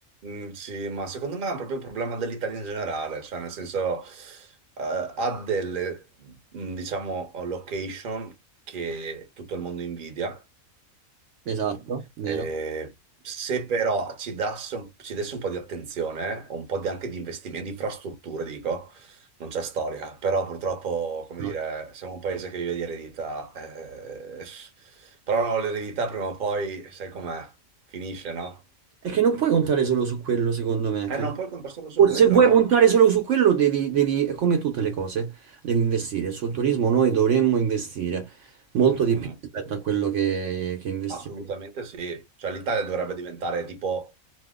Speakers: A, on the right (about 45°); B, on the right (about 65°).
A: Mm, sì, ma secondo me è proprio un problema dell'Italia in generale, cioè nel senso eh, ha delle, mm, diciamo, location che tutto il mondo invidia.
B: Esatto, vero?
A: Eh, se però ci dasse un- ci desse un po' di attenzione, o un po' di- anche di investimenti, di infrastrutture, dico, non c'è storia, però purtroppo, come
B: No.
A: dire, siamo un paese che vive di eredità, eh, però l'eredità prima o poi, sai com'è, finisce, no?
B: È che non puoi contare solo su quello, secondo me, capito?
A: E non puoi contrastare su
B: O se
A: quello,
B: vuoi
A: no?
B: puntare solo su quello, devi, devi, è come tutte le cose, devi investire. Sul turismo noi dovremmo investire molto di
A: Mhm.
B: più rispetto a quello che, che investiamo.
A: Assolutamente sì, cioè l'Italia dovrebbe diventare tipo